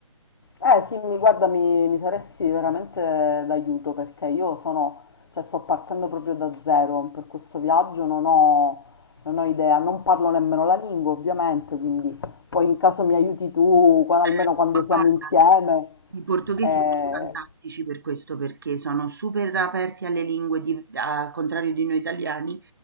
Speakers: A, on the left (about 45°); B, on the right (about 40°).
A: Eh sì, mi guarda, mi, mi saresti veramente d'aiuto perché io sono, cioè sto partendo proprio da zero per questo viaggio, non ho, non ho idea, non parlo nemmeno la lingua ovviamente, quindi poi in caso mi aiuti tu, qua-
B: Certo,
A: almeno quando
B: ma
A: siamo
B: guarda,
A: insieme.
B: i portoghesi
A: Eh,
B: sono fantastici per questo, perché sono super aperti alle lingue, di- al contrario di noi italiani,